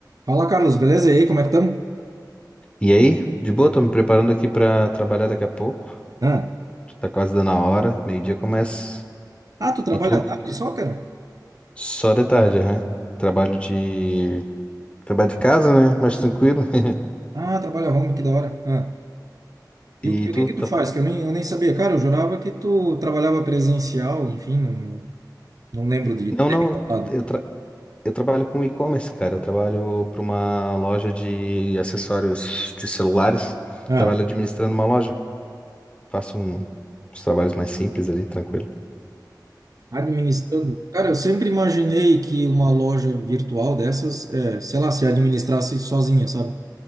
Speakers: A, on the right; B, on the left.
A: Fala, Carlos, beleza? E aí, como é que estamos?
B: E aí? De boa, tô me preparando aqui pra trabalhar daqui a pouco.
A: Ah.
B: Tá quase dando a hora, meio-dia começa.
A: Ah, tu trabalha
B: E tu?
A: à tarde só, cara?
B: Só de tarde, né? Trabalho de. Trabalho de casa, né? Mais tranquilo. <laughs>
A: Ah, trabalha home, que da hora. Ah. E o,
B: E
A: que- o
B: tu?
A: que que
B: Tá...
A: tu faz? Que eu nem, eu nem sabia. Cara, eu jurava que tu trabalhava presencial, enfim, não, não lembro de
B: Não,
A: ter
B: não,
A: me contado.
B: eu, tra... eu trabalho com e-commerce, cara. Eu trabalho pra uma loja de acessórios de celulares.
A: Ah.
B: Trabalho administrando uma loja. Faço um... uns trabalhos mais simples ali, tranquilo.
A: Administrando. Cara, eu sempre imaginei que uma loja virtual dessas, é, sei lá, se administrasse sozinha, sabe?